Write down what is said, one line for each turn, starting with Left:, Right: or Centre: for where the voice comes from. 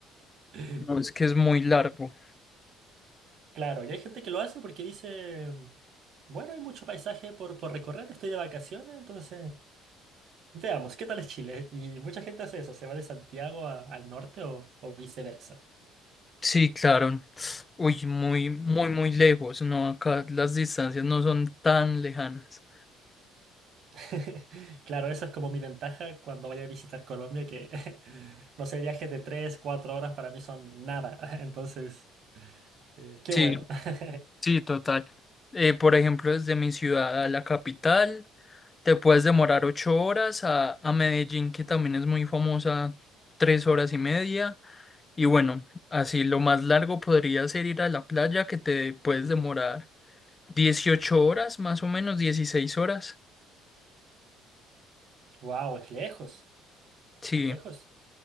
Right: <laughs>
Left: No, es que es muy largo.
Right: claro. Y hay gente que lo hace porque dice, bueno, hay mucho paisaje por, por recorrer, estoy de vacaciones, entonces veamos, ¿qué tal es Chile? Y mucha gente hace eso, se va de Santiago a- al norte o o viceversa.
Left: Sí, claro. Uy, muy, muy, muy lejos. No, acá las distancias no son tan lejanas.
Right: <laughs> Claro, esa es como mi ventaja cuando vaya a visitar Colombia, que <laughs> no sé, viajes de 3, 4 horas para mí son nada. <laughs> Entonces, eh, qué
Left: Sí.
Right: bueno. <laughs>
Left: Sí, total. Eh, por ejemplo, desde mi ciudad a la capital, te puedes demorar ocho horas a, a Medellín, que también es muy famosa, tres horas y media. Y bueno, así lo más largo podría ser ir a la playa, que te puedes demorar 18 horas, más o menos, 16 horas.
Right: Wow, es lejos,
Left: Sí,
Right: es lejos.